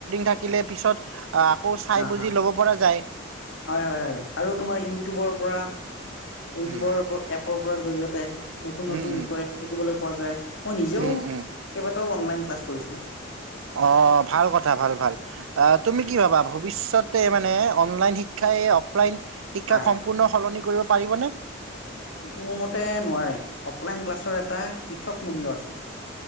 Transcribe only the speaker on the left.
অ
হা
হয়, হয়, হয় আৰু তোমাৰ ইউটিউবৰ পৰা। ইউটিউবৰ
এপ এপৰ পৰা জৰিয়তে পে নতুন নতুন
বিষয় শিকিবলৈ পোৱা যায়। মই নিজেও
কেইবাটাও
অনলাইন ক্লাছ। কৰিছিলো।
হয়
হয়
মোৰ মতে নোৱাৰে। অফলাইন ক্লাছৰ এটা পৃথক মূল্যৰ আছে।